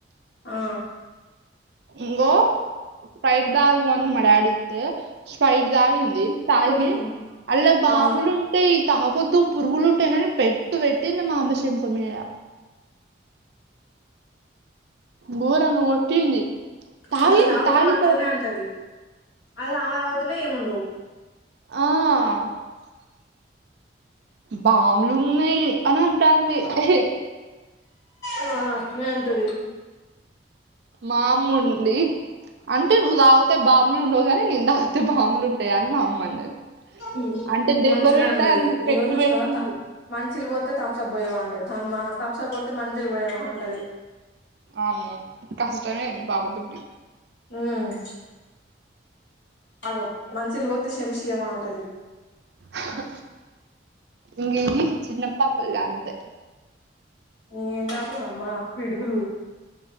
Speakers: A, on the left (about 75°); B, on the right (about 60°).
A: ఆహ్.
B: ఇంగో సైడ్ భాగం అంతా మా డాడీ. అయితే స్ప్రైట్ తాగింది. తాగి
A: కొన్నీ కొన్నీ
B: అళ్లా బాములు
A: ఆ
B: ఉంటాయి. తాగోద్దు పురుగులు ఉంటాయి అనీ పెట్టు పెట్టింది మాఅమ్మ చెంప మీద. గోరంగా కోట్టింది తాగింది
A: మనం తాగుతున్నా
B: తాగి
A: అట్లనే
B: అ.
A: అంటది అదే ఆమె తాగితేనే ఏముండవు.
B: ఆహ్ బాములు ఉన్నాయి. అని అంటాంది
A: ఆహ్ అట్లనే అంటది.
B: మాఅమ్మ ఉండి అంటే నువ్వు తాగితే బాములు ఉండవు కానీ. అయితే నేను తాగితే బాములు ఉంటాయి అని మా అమ్మ అన్నది.
A: ఉమ్
B: అంటే దెబ్బ
A: మంచిగనే
B: పెడతా
A: అన్నది
B: అంది పెట్టి
A: ఇగో చూసినవాత్త.
B: పెట్టింది
A: మంచినీళ్లు పోతే తంసప్ పోయవా అంటది తం ఆహ్ తంసాప్ పోతే మంచినీళ్లు పోయావా అంటది.
B: అమ్మో కష్టమే మీ పాప తోటి.
A: ఆహ్. అగో మంచినీలు పోస్తే చెంచా ఇయ్యవా అంటది.
B: ఆహ్ ఉమ్. చిన్నపాపలంతే.
A: ఏం పాపనమ్మా పిడుగులు.